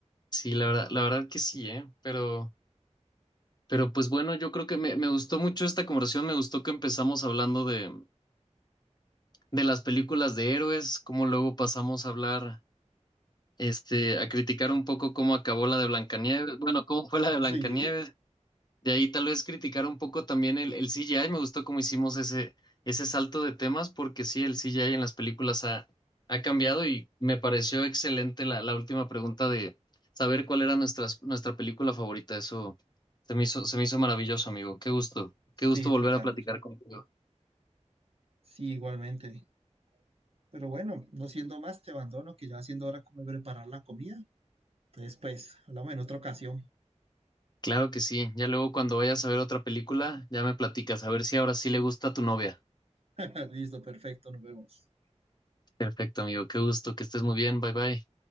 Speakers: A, on the left; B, on the right.
A: sí, la verdad, la verdad que sí, ¿eh? Pero, pero pues bueno, yo creo que me, me gustó mucho esta conversación, me gustó que empezamos hablando de, de las películas de héroes, como luego pasamos a hablar este, a criticar un poco cómo acabó la de Blancanieves, bueno, cómo fue la de Blancanieves.
B: Sí,
A: De ahí tal vez criticar un poco también el, el CGI. Me gustó cómo hicimos ese, ese salto de temas, porque sí, el CGI en las películas ha, ha cambiado y me pareció excelente la, la última pregunta de saber cuál era nuestra, nuestra película favorita. Eso se me hizo, se me hizo maravilloso, amigo. Qué gusto,
B: sí,
A: qué gusto
B: total.
A: volver a platicar contigo.
B: Sí, igualmente. Pero bueno, no siendo más, te abandono, que ya va siendo hora como de preparar la comida. Entonces, pues, hablamos en otra ocasión.
A: Claro que sí. Ya luego cuando vayas a ver otra película, ya me platicas, a ver si ahora sí le gusta a tu novia.
B: <laughs> Listo, perfecto, nos vemos.
A: Perfecto, amigo. Qué gusto, que estés muy bien. Bye bye.